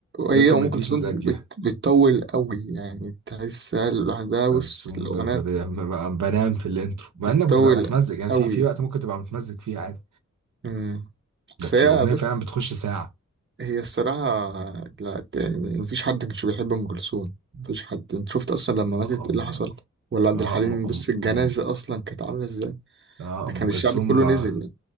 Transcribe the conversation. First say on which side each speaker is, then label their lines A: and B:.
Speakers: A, on the right; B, on the right.
A: ممكن
B: هي ام
A: ما يجيليش
B: كلثوم
A: مزاج ليها
B: بت- بتطول قوي يعني تحسها لوحدها
A: كلثوم
B: بص الاغنيه
A: بت- ب- ب- بنام في الانترو
B: بتطول
A: مع انك بتبقى متمزج يعني في
B: قوي
A: في وقت ممكن تبقى متمزج فيه عادي
B: امم بس
A: بس
B: هي
A: الأغنية
B: بص
A: فعلا بتخش ساعة
B: هي الصراحه لا ت- مفيش حد كانش بيحب ام كلثوم مفيش حد انت شفت اصلا لما ماتت
A: أم
B: ايه اللي حصل ولا عبد
A: آه
B: الحليم
A: أم أم
B: بص الجنازه
A: أم
B: اصلا كانت عامله ازاي
A: آه
B: ده
A: أم
B: كان
A: كلثوم
B: الشعب كله
A: آه
B: نزل يعني.